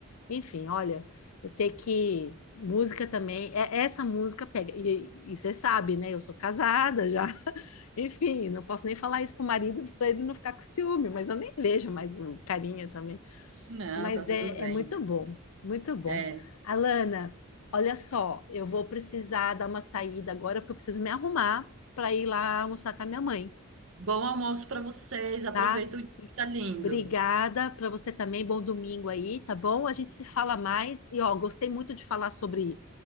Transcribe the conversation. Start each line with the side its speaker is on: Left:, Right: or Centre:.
Left: Enfim, olha, eu sei que música também, é- essa música pega, e, e você sabe, né? Eu sou casada já. <laughs> Enfim, não posso nem falar isso pro marido para ele não ficar com ciúme, mas eu nem vejo mais o carinha também.
Right: Não,
Left: Mas
Right: tá tudo
Left: é,
Right: bem.
Left: é muito bom, muito bom.
Right: É.
Left: Alana, olha só, eu vou precisar dar uma saída agora porque eu preciso me arrumar para ir lá almoçar com a minha mãe
Right: Bom almoço para vocês. Aproveita
Left: tá?
Right: o dia
Left: E
Right: que tá lindo.
Left: Obrigada para você também. Bom domingo aí, tá bom? A gente se fala mais. E ó, gostei muito de falar sobre